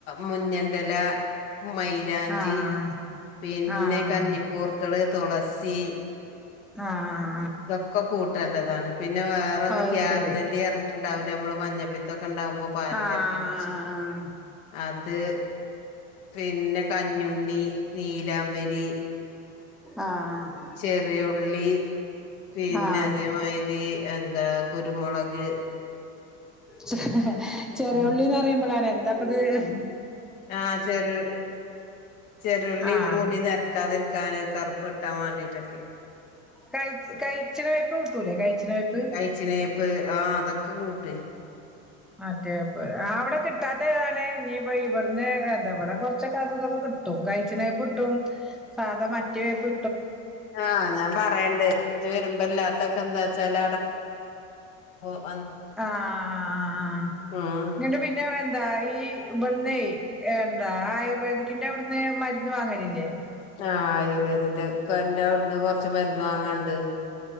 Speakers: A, on the left (about 80°); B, in the centre.
A: മുഞ്ഞെന്റെലാ മൈലാഞ്ചി
B: ആഹ്
A: പിന്ന് പിന്നെ
B: ആഹ്
A: കഞ്ഞിക്കൂർക്കള് തൊളസി
B: ആഹ് ആഹ്
A: തൊക്കെ കൂട്ട് നല്ലതാണ് പിന്നെ വേറൊന്ന്
B: അത്
A: കീയാർനെല്ലി
B: ശരി
A: പർഞ്ഞിട്ടുണ്ടാവ് ഞമ്മള് മഞ്ഞപിത്തം ത്തം ഒക്കെ ഇണ്ടാവുമ്പോ പാലിൽ
B: ആഹ്
A: കലക്കി കുടിച്ചാ അത് പിന്നെ കഞ്ഞുണ്ണി നീലാംബരി
B: ആ ആഹ്
A: ചെറിയ ഉള്ളി പിന്നെ
B: ആഹ്
A: അതേമാതിരി എന്താ കുരുമുളക്
B: <inaudible> ചെറിയൊള്ളിന്ന്
A: ഉം
B: പറയുമ്പളണേ <unintelligible>
A: ആഹ് ചെറി ചെറിയുള്ളി
B: ആഹ്
A: മുടി നേർക്കത്തിർ കാണെ കറുപ്പുണ്ടാവാൻ വേണ്ടിട്ടേക്കേ
B: കൈ കൈചെറെപ്പ് കിട്ടൂല്ലേ കൈചെറെപ്പ്
A: കഴിച്ചിനേപ്പ് <unintelligible>
B: അതെപ്പ അവിടെ കിട്ടാത്തതേതാണ് ഇനിയിപ്പം ഇവിടുന്നെ ഇവിടെ കുറച്ചൊക്കെ അത് ഇതും ഒക്കെ കിട്ടും. <unintelligible> പാദമറ്റവെപ്പ്
A: ആ ഞാൻ പേറേണ്ട് ഇനി വരുമ്പോ ഇല്ലാത്തെക്കെ എന്താച്ചാൽ <unintelligible>
B: ആആഹ്
A: ഉം
B: നിട്ട് പിന്നെ ന്തായി ഇവിടുന്നെ എന്താ ആയുർവേദിക്കിന്റവിടുന്ന് മരുന്ന് വാങ്ങുണില്ലേ
A: ആഹ് ആയുർവേധിക്കന്റവിടുന്ന് കുറച്ചു മരുന്ന് വാങ്ങാനുണ്ട്